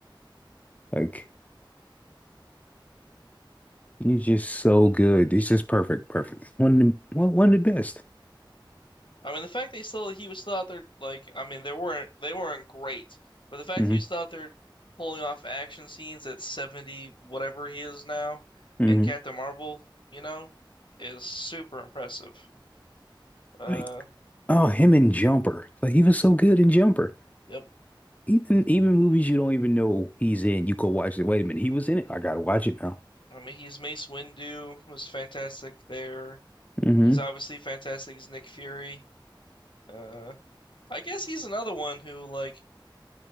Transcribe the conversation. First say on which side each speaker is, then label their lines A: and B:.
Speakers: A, on the left; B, on the left.
A: Like he's just so good. He's just perfect, perfect. One of the, one, one of the best.
B: I mean the fact that he still he was still out there like I mean they weren't they weren't great, but the fact
A: hmm
B: that he was still out there pulling off action scenes at 70 whatever he is now
A: hmm
B: in Captain Marvel, you know, is super impressive. Uh
A: Like oh, him in Jumper. Like he was so good in Jumper.
B: yep.
A: Even even movies you don't even know he's in, you go watch it. Wait a minute, he was in it. I gotta watch it now.
B: I mean he's Mace Windu was fantastic there.
A: hmm
B: He's obviously fantastic as Nick Fury. Uh, I guess he's another one who, like,